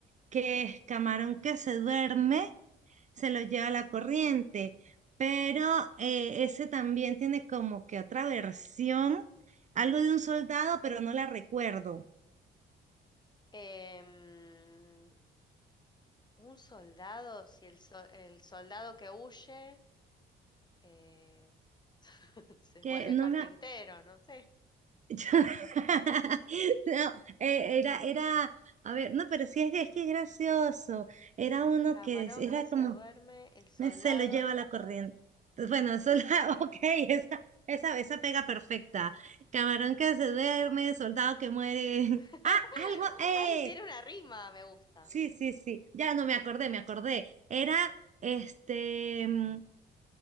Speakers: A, on the right; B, on the left.
A: que es camarón que se duerme, se lo lleva la corriente, pero eh, ese también tiene como que otra versión, algo
B: mm.
A: de un soldado, pero no la recuerdo,
B: Em, Un soldado, si el, so- el soldado que huye eh, <laughs> se
A: que
B: vuelve
A: no
B: carpintero,
A: me...
B: no sé.
A: <laughs> yo- <laughs> No, eh, era, era, a ver, no, pero sí es, que es que es gracioso, era uno
B: Camarón
A: que es- era
B: que se
A: como...
B: duerme, el soldado.
A: me- se lo lleva la corriente. Entonces, Bueno, <laughs> eso es la, <laughs> ok, esa, esa, esa pega perfecta. Camarón que se duerme, soldado que muere. <laughs>
B: <laughs>
A: Ah, algo, eh.
B: ay tiene una rima, me gusta.
A: Sí, sí, sí. Ya no me acordé, me acordé. Era, este, mm,